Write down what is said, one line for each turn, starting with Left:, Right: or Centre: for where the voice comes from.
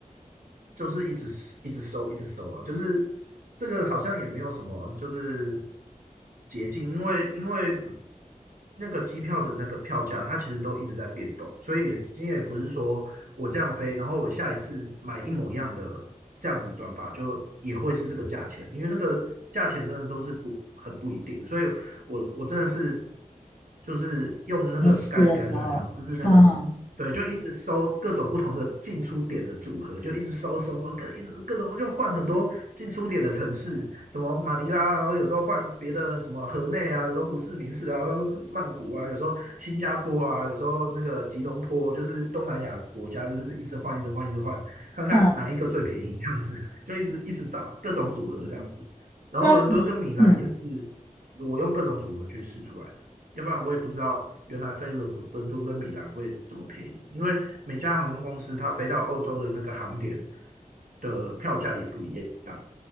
Right: 就是一直一直收，一直收啊，就是这个好像也没有什么就是捷径，因为因为那个机票的那个票价，它其实都一直在变动，所以也今天也不是说我这样飞，然后我下一次买一模一样的这样子转法，就也会是这个价钱，因为那个价钱真的都是不很不一定，所以我我真的是就是用那个
Left: 没事的时候，
Right: Skyscanner 这样，就是那个对，
Left: 嗯
Right: 就一直收各种不同的进出点的组合，就一直收收收，各一直各种就换很多进出点的城市，什么马尼拉啊，然后有时候换别的什么河内啊，有时候胡志明市啊，然后曼谷啊，有时候新加坡啊，有时候那个吉隆坡，就是东南亚国家，就是一直换，一直换，一直换，看看哪一个最便宜这样子，
Left: 哦，
Right: 就一直一直找各种组合这样子。然后伦敦跟米兰也是我用各种组合去试出来的。
Left: 那你嗯
Right: 要不然我也不知道原来飞伦伦敦跟米兰会这么便宜，因为每家航空公司它飞到欧洲的那个航点的票价也不一样，